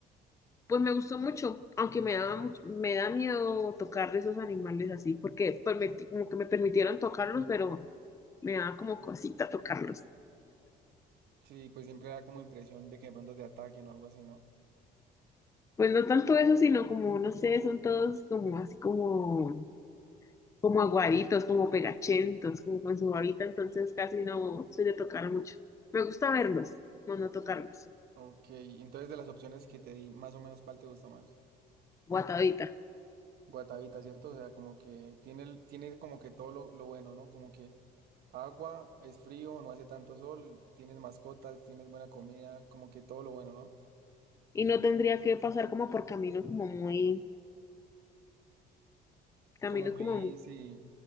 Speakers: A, on the left; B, on the right.
A: pues me gustó mucho, aunque me daba mucho, me da miedo tocar de esos animales así, porque permití- como que me permitieron tocarlos, pero me daba como cosita tocarlos.
B: Sí, pues siempre da como impresión de que de pronto te ataquen o algo así, ¿no?
A: Pues no tanto eso, sino como, no sé, son todos como así como, como aguaditos, como pegachentos, como con su babita, entonces casi no soy de tocar mucho. Me gusta verlos, no no tocarlos,
B: Ok, entonces de las opciones que te di, más o menos, ¿cuál te gustó más?
A: guatadita.
B: Guatavita, ¿cierto? O sea, como que tiene, el- tiene como que todo lo, lo bueno, ¿no? Como que agua, es frío, no hace tanto sol, tienes mascotas, tienes buena comida, como que todo lo bueno, ¿no?
A: Y no tendría que pasar como por caminos como muy También
B: Como
A: es
B: muy,
A: como,
B: sí,